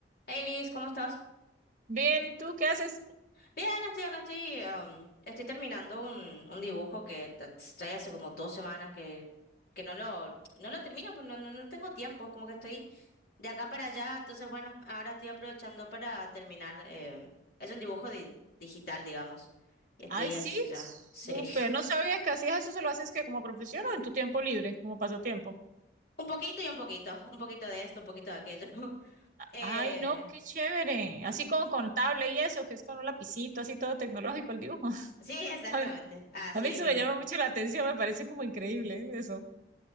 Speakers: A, on the left; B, on the right.
A: Hey Liz, ¿cómo estás?
B: Bien, ¿y tú qué haces?
A: Bien, estoy acá, estoy, um, estoy terminando un, un dibujo que t- estoy hace como dos semanas que, que no lo, no lo termino, pues no, no, no tengo tiempo, es como que estoy de acá para allá, entonces bueno, ahora estoy aprovechando para terminar. em, es un dibujo di- digital, digamos, y estoy
B: Ay, sí,
A: hace ya,
B: súper.
A: sí, <laughs>
B: No sabía que hacías eso, ¿se lo haces que como profesión o en tu tiempo libre, como pasatiempo?
A: un poquito y un poquito, un poquito de esto, un poquito de aquello. <laughs> Eh,
B: Ay, no, qué chévere. Así con, con tablet y eso, que es con un lapicito, así todo tecnológico el dibujo. <laughs>
A: sí, exactamente,
B: A mí,
A: así
B: a mí eso
A: mismo.
B: me llama mucho la atención, me parece como increíble ¿eh? eso.